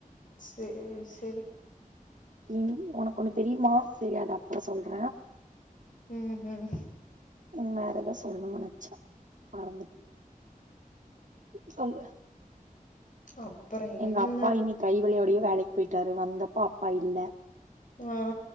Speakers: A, on the left; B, on the right.
A: சேரி சேரி
B: ம் உனக்கு ஒண்ணு தெரியுமா தெரியாதா அப்பறம் சொல்ற
A: ம் ம்
B: ம் வேற எதோ சொல்னு நெனச்ச மறந்துட் சொல்லு
A: அப்பறோ என்ன
B: எங்க அப்பா இன்னிக் கை வலியோடயே வேலைக் போய்ட்டாரு வந்தப்போ அப்பா இல்ல
A: ஆ